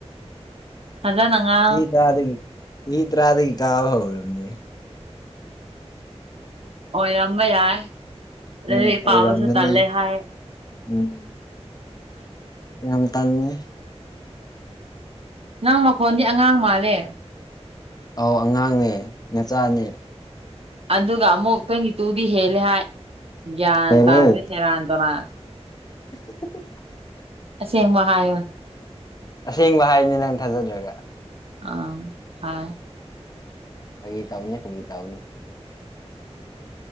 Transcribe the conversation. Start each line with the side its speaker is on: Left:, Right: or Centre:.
Right: ꯐꯖꯅ ꯉꯥꯡ
Left: ꯆꯍꯤ ꯇꯔꯥꯗꯒꯤ ꯆꯍꯤ ꯇꯔꯥꯗꯒꯤ ꯀꯥꯕ ꯍꯧꯔꯕꯅꯦ
Right: ꯑꯣꯏꯔꯝꯕ ꯌꯥꯏ
Left: ꯎꯝ
Right: ꯂꯥꯏꯔꯤꯛ
Left: ꯑꯣꯏꯔꯝꯃꯅꯤ
Right: ꯄꯥꯕꯁꯨ ꯇꯜꯂꯦ ꯍꯥꯏ
Left: ꯎꯝ ꯌꯥꯝ ꯇꯟꯕꯅꯦ
Right: ꯅꯪ ꯃꯈꯣꯟꯗꯤ ꯑꯉꯥꯡ ꯃꯥꯜꯂꯦ
Left: ꯑꯧ ꯑꯉꯥꯡꯅꯦ ꯅꯆꯥꯅꯦ
Right: ꯑꯗꯨꯒ ꯑꯃꯨꯛ ꯇ꯭ꯋꯦꯇꯤꯇꯨꯗꯤ ꯍꯦꯜꯂ ꯍꯥꯏ ꯒ꯭ꯌꯥꯟ
Left: ꯀꯩꯅꯣ
Right: ꯇꯥꯗ꯭ꯔꯦ ꯁꯦꯔꯥꯟ ꯇꯨꯔꯥꯟ
Left: <unintelligible>
Right: ꯑꯁꯦꯡꯕ ꯍꯥꯏꯌꯨ
Left: ꯑꯁꯦꯡꯕ ꯍꯥꯏꯕꯅꯤ ꯅꯪ ꯊꯥꯖꯗ꯭ꯔꯒ
Right: ꯑꯥ ꯁꯥꯏ
Left: ꯐꯥꯒꯤ ꯇꯧꯕꯅꯤ ꯐꯥꯒꯤ ꯇꯧꯕꯅꯤ